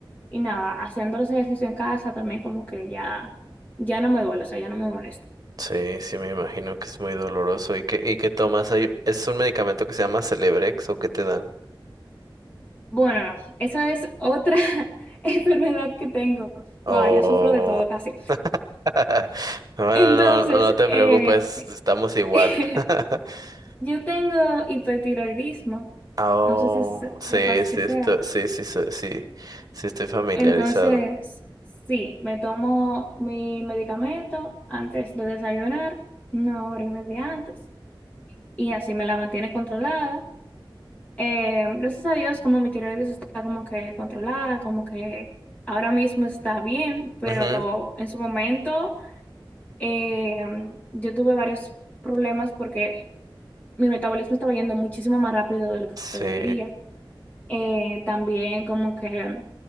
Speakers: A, on the left; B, on the right.
A: y nada, haciendo los ejercicios en casa también como que ya, ya no me duele, o sea, ya no me molesta.
B: Sí, sí, me imagino que es muy doloroso. ¿Y qué, y qué tomas? Hay- ¿Es un medicamento que se llama Celebrex o qué te dan?
A: Bueno, esa es otra <laughs> enfermedad que tengo.
B: O...
A: Wow, yo sufro de todo casi.
B: <laughs>
A: <laughs>
B: Bueno,
A: Entonces,
B: no, no no te
A: eh,
B: preocupes, estamos igual.
A: <laughs>
B: <laughs>
A: Yo tengo hipertiroidismo,
B: Oh,
A: no sé si se-
B: sí,
A: sepas
B: sí,
A: qué sea.
B: esto- sí, sí, sí, sí, sí estoy familiarizado.
A: Entonces, sí, me tomo mi medicamento antes de desayunar, una hora y media antes, y así me la mantiene controlada. Eh, gracias a Dios, como mi tiroides está como que controlada, como que ahora mismo está bien, pero
B: Ujú.
A: en su momento eh, yo tuve varios problemas porque mi metabolismo estaba yendo muchísimo más rápido de lo que
B: Sí,
A: debería. Eh, también como que